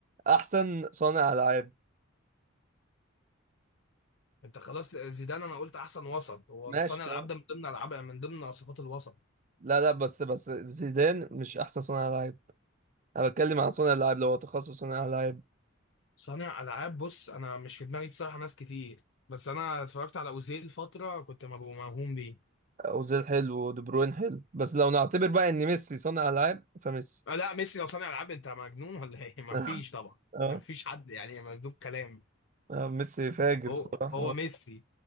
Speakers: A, on the right; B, on the left.
A: احسن صانع العاب
B: انت خلاص زيدان انا قلت احسن وسط هو
A: ماشي
B: صانع
A: تمام.
B: العاب ده من ضمن العاب من ضمن صفات الوسط
A: لا لا بس بس زيدان مش احسن صانع العاب انا بتكلم عن صانع العاب لو هو تخصص صانع العاب
B: صانع العاب بص انا مش في دماغي بصراحه ناس كتير بس انا اتفرجت على اوزيل فتره كنت مبقى موهوم بيه
A: اوزيل حلو ودي بروين حلو بس لو نعتبر بقى ان ميسي صانع العاب فميسي
B: آه، لا ميسي لو صانع العاب انت مجنون ولا ايه <laughs> ما
A: <laughs>
B: فيش طبعا
A: اه
B: ما فيش حد يعني مجنون كلام
A: اه ميسي فاجر
B: هو
A: بصراحة
B: هو ميسي